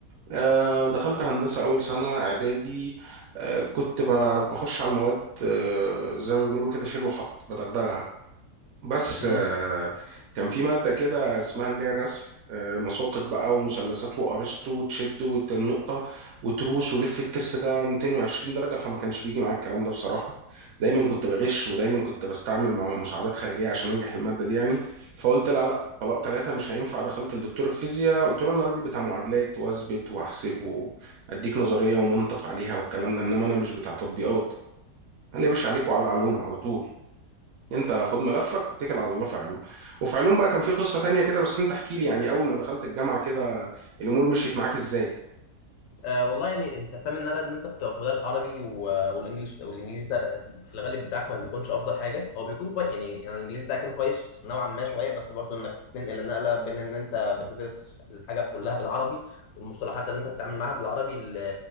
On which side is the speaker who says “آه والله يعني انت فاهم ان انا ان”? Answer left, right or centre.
Left